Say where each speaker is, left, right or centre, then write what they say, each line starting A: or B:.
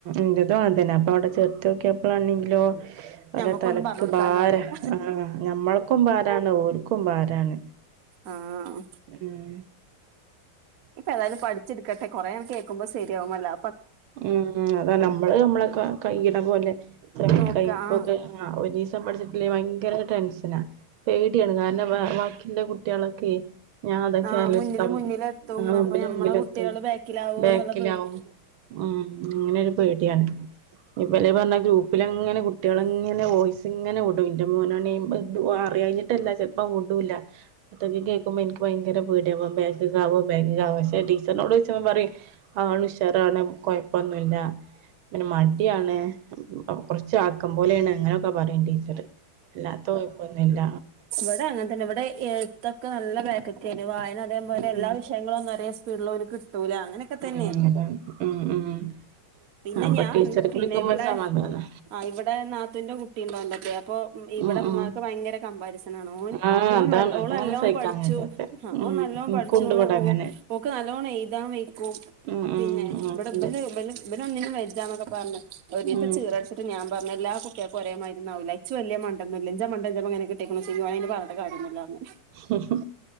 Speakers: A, on the right; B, on the right.
A: ന്റെതും അതന്നെ പ്പവടെ ചെർത്യോക്കപ്പളാണെങ്കിലോ ഓല
B: ഞമ്മക്കൊന്നും
A: തലക്ക്
B: പറഞ്ഞു കൊടുക്കാനും
A: ഭാര
B: അറിയില്ല
A: ആ ഞമ്മൾക്കും ഭാരാണ് ഓൽക്കും ഭാരാണ്
B: ആഹ്
A: ഉം
B: നിപ്പൊ ഏതായാലും പഠിച്ച്ടുക്കട്ടെ കൊറേക്കെ ക്കുമ്പോ സരിയാവും അല്ലാ
A: ഉം അതാ നമ്മള് നമ്മളെ കൈയ്യ്ത പോലെ ത്ര
B: നോക്ക
A: ടൈപ്പൊക്കെ
B: ആഹ്
A: ഒരീസം പഠിച്ചിട്ടില്ലെങ്കി ഭയങ്കര ടെൻഷനാ കുട്ടിയാണ് കാരണം വാക്കിന്റെ കുട്ടിയാളൊക്കെയ് ഞാൻ അതൊക്കെ
B: ആഹ്
A: ആലോചിച്ചിട്ട
B: മുന്നില് മുന്നില് എത്തും
A: ആ മുമ്പില്
B: അപ്പൊ ഞമ്മളെ
A: മുമ്പിലെത്തും
B: കുട്ടികള് ബാക്കിലാവോ
A: ബാക്കിലാവും
B: എന്നുള്ള പേടി
A: ഉം അങ്ങനെരു പേടിയാണ് ഇവല് പറഞ്ഞ ഗ്രൂപ്പില ങ്ങനെ കുട്ടികളെങ്ങനെ വോയിസ്ങ്ങനെ വിടും ൻ്റെ മോനാണെങ്കി അറിയാഞ്ഞ ട്ടല്ല ചെൽപ്പോ വുടൂല്ല പ്പത് കേക്കുമ്പോ ഇൻക്ക് ഭയങ്കര പേടിയാ ബൻ ബേക്ക്ക്കാകോ ബേക്ക്ക്കാകോ പക്ഷെ ടീച്ചറിനോടോയ്ച്ചപ്പ പറയും ആൾ ഉഷാറാണ് കുഴപ്പന്നു ല്ല പിന്നെ മടിയാണ് കുറച്ച് ആക്കംപോലേണ് അങ്ങനെയൊക്കെ പറയും ടീച്ചറ്. അല്ലാത്ത കൊഴ്പ്പൊന്നുല്ല.
B: വടേം അങ്ങനെ തന്നെ ഇവിടെ എഴുത്തൊക്കെ നല്ല ബാക്ക്ക്കെയ്നു വായന അതേപോലെ
A: ഉം
B: എല്ലാ വിഷയങ്ങളുന്നും ഒരേ സ്പീഡിലോ ത്തൂല അങ്ങനൊക്കെ തന്നേനു
A: ഉം അതാണ് ഉം ഉം
B: പിന്നെ
A: അപ്പൊ
B: ഞാൻ
A: ടീച്ചർക്ക്
B: പിന്നെ
A: വിളിക്കുമ്പോ
B: ഇവിടെ
A: ഒരു സമാധാനാ
B: ആ ഇവിടെ നാത്തൂന്റെ കുട്ടി കുട്ടിണ്ട്‌ ഓന്റൊപ്പേ അപ്പോ ഇവിടെമ്മാക്ക്
A: ഉം ഉം
B: ഭയങ്കര കമ്പാരിസ <unintelligible>
A: ആഹ്
B: ഓൻ
A: അതാണ്
B: നൽ ഓളല്ലോം
A: അതാണ് സഹിക്കാൻ
B: പഠിച്ചും
A: കഴിയാത്തെ
B: ആഹ്
A: ഉം
B: ഓൻ നല്ലോം
A: എനിക്കുണ്ട്
B: പഠിച്ചും
A: ഇവിടെ
B: ഉം
A: അങ്ങനെ
B: ഓക്ക് നൽ ഓണെയ്താൻ വെയ്ക്കും
A: ഉം ഉം
B: പിന്നെ
A: ആ
B: ഇബടെ
A: ഉണ്ട്.
B: ഇബല് ഇബന് ഇബന് ഒന്നിനും വെജ്ജാന്നൊക്കെ പർഞു ഒരീസം
A: ഉം
B: ഇച്ചീറട്ച്ച്ട്ട് ഞാൻ പർണു എല്ലാ കുട്ട്യേക്കും ഒരേ മാരിയൊന്നും ആവൂല ച്ച് വല്ല്യെ മണ്ടെന്നുല്ല ഇഞ്ചെ മണ്ടെന്റെ മകന് കിട്ടീക്കുണൂച്ചെങ്കി ഓനെ അയ്ന് പർണ്ട്ട് കാര്യൊന്നുല്ലാർഞ്.
A: ഉം